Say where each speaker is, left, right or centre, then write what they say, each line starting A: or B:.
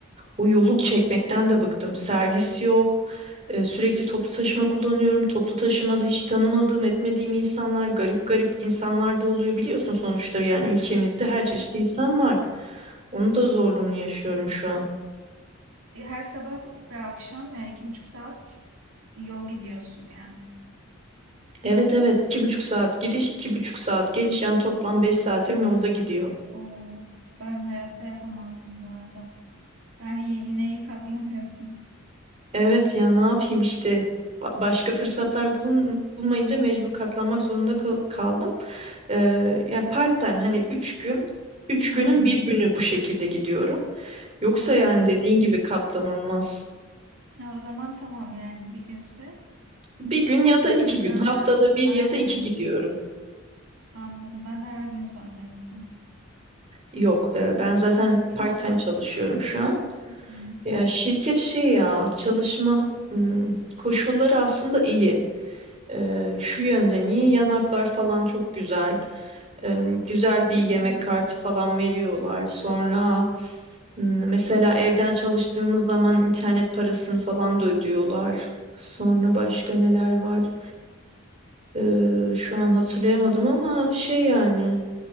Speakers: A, on the right; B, on the right.
A: O yolu çekmekten de bıktım. Servis yok. Ee, sürekli toplu taşıma kullanıyorum. Toplu taşımada hiç tanımadığım etmediğim insanlar garip garip insanlar da oluyor biliyorsun sonuçta yani ülkemizde
B: Evet.
A: her çeşit insan var. Onun da zorluğunu yaşıyorum şu an.
B: E, Her sabah ve akşam yani iki buçuk saat yol gidiyorsun yani.
A: Evet evet iki buçuk saat gidiş iki buçuk saat geliş yani toplam beş saatim yolda gidiyor.
B: Oo, ben hayatta yapamazdım bu arada. Yani y- yine iyi katlanıyorsun.
A: Evet ya ne yapayım işte Ba- başka fırsatlar bulun, bulmayınca mecbur katlanmak zorunda kal- kaldım. Ee, ya part time hani üç gün üç
B: Hmm,
A: günün bir günü bu şekilde gidiyorum. Yoksa
B: anladım.
A: yani dediğin gibi katlanılmaz.
B: Ha, o zaman tamam yani bir günse.
A: Bir gün ya
B: Okey
A: da iki gün
B: ben
A: haftada
B: de
A: bir
B: aynen
A: ya da iki gidiyorum.
B: anladım. Ben de her gün zannettim.
A: Yok e, ben zaten
B: <clears throat>
A: part time çalışıyorum şu an.
B: Hmm.
A: Ya şirket şey ya çalışma hmm, koşulları aslında iyi. Ee, şu yönden iyi yanaklar falan çok güzel. em, güzel bir
B: Hı
A: yemek
B: hı.
A: kartı falan veriyorlar. Sonra m, mesela evden çalıştığımız zaman internet parasını falan da ödüyorlar. Sonra başka neler var? Ee, şu an hatırlayamadım ama şey yani